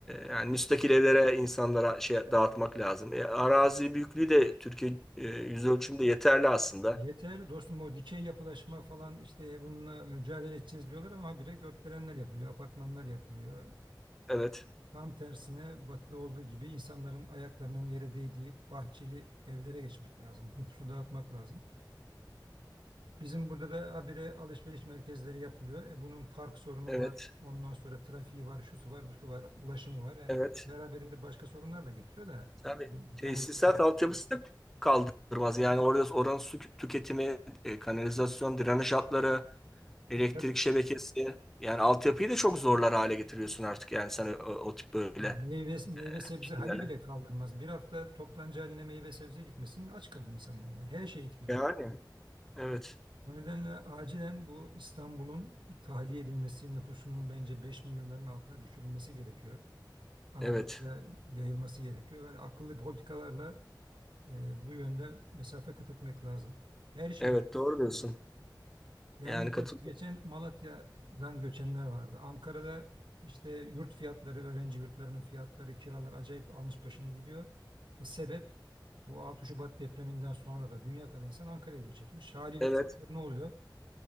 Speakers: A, in the centre; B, on the right.
A: yani müstakil evlere insanlara şey dağıtmak lazım. E, arazi büyüklüğü de Türkiye e, yüz ölçümde yeterli aslında.
B: Yeter dostum o dikey yapılaşma falan işte bununla mücadele edeceğiz diyorlar ama habire gökdelenler yapılıyor, apartmanlar yapılıyor.
A: Evet.
B: E, Tam tersine batıda olduğu gibi insanların ayaklarının yere değdiği bahçeli evlere geçmek lazım. Nüfusu dağıtmak lazım. Bizim burada da habire alışveriş merkezleri yapılıyor. E bunun park sorunu
A: Evet.
B: var. Ondan sonra trafiği var, şusu var, busu var, ulaşımı var. Yani
A: Evet.
B: beraberinde başka sorunlar da getiriyor da
A: Tabii tesisat
B: yani
A: altyapısı da kaldırmaz. Yani orada oranın su tüketimi, e, kanalizasyon, drenaj hatları, elektrik
B: e, tabii
A: şebekesi. Yani altyapıyı da çok zorlar hale getiriyorsun artık yani sen o, o tip böyle
B: Yani meyve, meyve sebze
A: şeylerle.
B: hali bile kaldırmaz. Bir hafta toptancı haline meyve sebze gitmesin aç kalır insanlar. Yani her şey etkiliyor.
A: Yani evet.
B: O nedenle acilen bu İstanbul'un tahliye edilmesi, nüfusunun bence 5 milyonların altına düşürülmesi gerekiyor. Anadolu'ya
A: Evet.
B: yayılması gerekiyor. ve akıllı politikalarla e, bu yönde mesafe kat etmek lazım. Her şeyi
A: Evet doğru
B: etkiliyor.
A: diyorsun.
B: Yani
A: Yani
B: mesela
A: katılıyorum.
B: şu geçen Malatya'dan göçenler vardı. Ankara'da işte yurt fiyatları, öğrenci yurtlarının fiyatları, kiralar acayip almış başını gidiyor. E, sebep bu 6 Şubat depreminden sonra da dünya kadar insan Ankara'ya göç etmiş. Haliyle
A: Evet.
B: bu sefer ne oluyor?